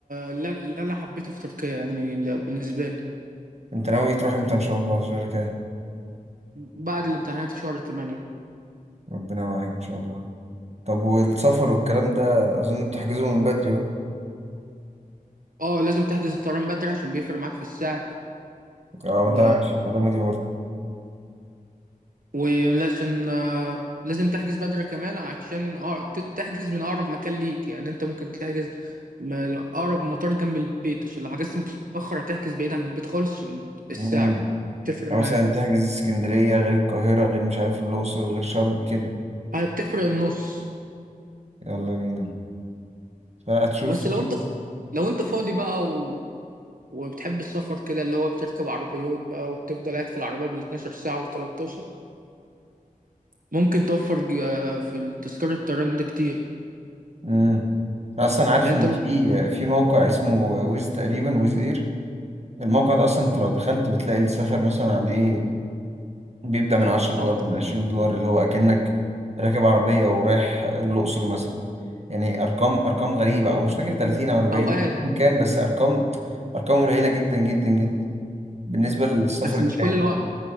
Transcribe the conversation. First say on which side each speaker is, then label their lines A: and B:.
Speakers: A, on the right; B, on the right.
A: اللي أنا اللي أنا حبيته في تركيا يعني ل- بالنسبة لي
B: أنت ناوي تروح إمتى إن شاء الله شركة
A: بعد الامتحانات في شهر 8
B: ربنا معاك إن شاء الله طب والسفر والكلام ده أظن بتحجزه من بدري بقى
A: اه لازم تحجز الطيران بدري عشان بيفرق معاك في السعر
B: أه
A: و...
B: ده أنا عارف المعلومة دي
A: ولازم آه، لازم تحجز بدري كمان عشان أقر- ت- تحجز من أقرب مكان ليك يعني أنت ممكن تحجز م- أقرب مطار جنب البيت عشان لو حجزت متأخر هتحجز بعيد عن البيت خالص عشان
B: برضه
A: السعر
B: يعني
A: تفرق
B: مثلا
A: معاك
B: تحجز اسكندرية غير القاهرة غير مش عارف الأقصر غير شرم كده
A: آه، بتفرق النص
B: يلا بينا فهتشوف
A: بس
B: تشوف
A: لو أنت لو أنت فاضي بقى وبتحب السفر كده اللي هو بتركب عربيات بقى وبتفضل قاعد في العربية بال12 ساعة و13 ممكن توفر ج- آه، في تذكرة الطيران ده كتير
B: امم أنا أصلا عارف
A: لأن
B: إن
A: أنت ممكن-
B: في في موقع اسمه ويز تقريبا ويز إير الموقع ده أصلا أنت لو دخلت بتلاقي السفر مثلا عليه بيبدأ من 10 دولار
A: أو
B: من 20 دولار اللي هو أكنك راكب عربية ورايح الأقصر مثلا يعني أرقام أرقام غريبة أو مش فاكر 30 أو 40
A: أوقات
B: أيا كان بس أرقام أرقام قليلة جدا جدا جدا بالنسبة للسفر
A: بس
B: التاني.
A: مش كل الوقت